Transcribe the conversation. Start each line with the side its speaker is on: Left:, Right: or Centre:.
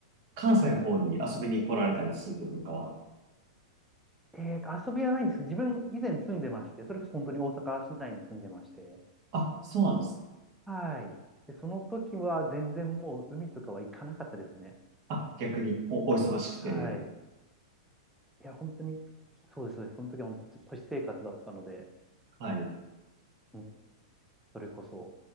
Right: 関西の方に遊びに来られたりすることとかは、
Centre: えっと、遊びはないんですけど、自分以前住んでまして、それこそ本当に大阪市内に住んでまして、
Right: あ、そうなんです。
Centre: はい。で、その時は全然もう海とかは行かなかったですね。
Right: あ、逆にお、お忙しくて、
Centre: はい。いや、本当に、そうです、そうです。その時は本当に都市生活だったので、
Right: はい。
Centre: うん、それこそ、